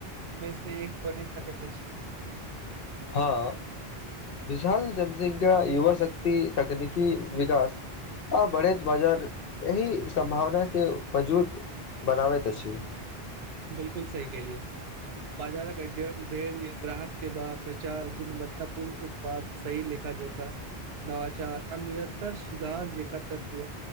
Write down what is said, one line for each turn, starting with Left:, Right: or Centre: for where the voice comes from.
Right: मे से एक बनि सकैत अछि
Left: हँ विशाल जनसंख्या युवा शक्त तकनीकी विकास आ बढ़ैत बाजार एहि सम्भावनाके वजूद बनाबैत अछि
Right: बिलकुल सही कहलियै बाजारक अध्ययन, धैर्य, ग्राहक सेवा, प्रचार गुणवत्तपूर्ण उत्पाद, सही लेखा जोखा, नवाचार आ निरन्तर सुधार जेका तत्व